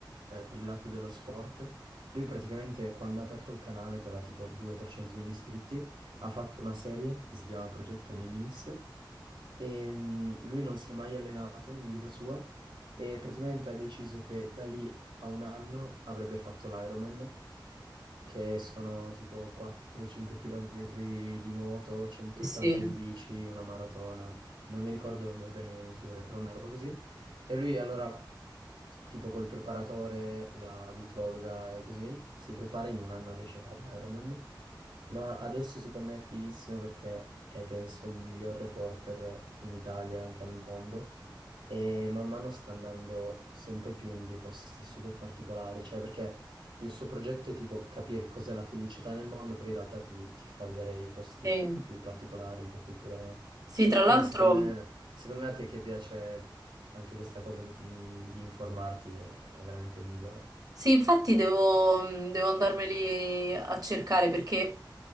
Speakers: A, on the right (about 75°); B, on the right (about 55°).
A: il lato dello sport? Lui praticamente quando ha aperto il canale, che aveva tipo 200-300 mila iscritti, ha fatto una serie che si chiama Progetto Liminis. E mh, lui non si è mai allenato in vita sua. E praticamente ha deciso che da lì a un anno avrebbe fatto l'Ironman che sono tipo 4-5 km di nuoto, 180
B: Sì, sì.
A: in bici, una maratona, non mi ricordo mai bene le misure, però una roba così. E lui allora, tipo col preparatore, la dietologa e così, si prepara in un anno riesce a fare l'Ironman, ma adesso secondo me è fighissimo perché è penso il miglior reporter in Italia, anche al mondo. E man mano sta andando sempre più in dei posti super particolari, cioè perché il suo progetto è tipo capire cos'è la felicità nel mondo, però in realtà ti, ti fa vedere i posti
B: Sì,
A: più particolari, le culture.
B: Sì, tra
A: Quindi
B: l'altro.
A: secondo me, secondo me a te che piace anche questa cosa, mh, di informarti è, è veramente il migliore.
B: Sì, infatti devo, mh, devo andarmeli a cercare perché